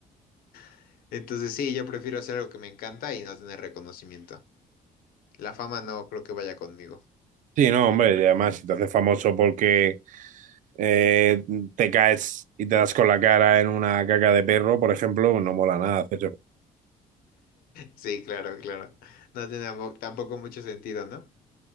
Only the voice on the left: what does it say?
<laughs> Entonces, sí, yo prefiero hacer algo que me encanta y no tener reconocimiento. La fama no creo que vaya conmigo.
Sí, claro, claro. No tiene tampo- tampoco mucho sentido, ¿no?